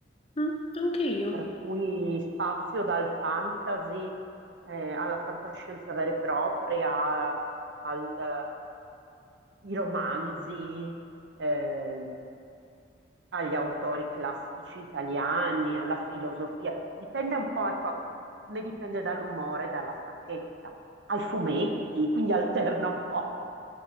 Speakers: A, on the left; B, on the right.
A: Mm, anche io.
B: per cui spazio dal fantasy eh, alla fantascienza vera e propria, al, eh, ai romanzi, ehm, agli autori classici italiani, alla filosofia. Dipende un po', ecco, ne dipende dall'umore, dalla stanchezza, ai fumetti, quindi alterna un po'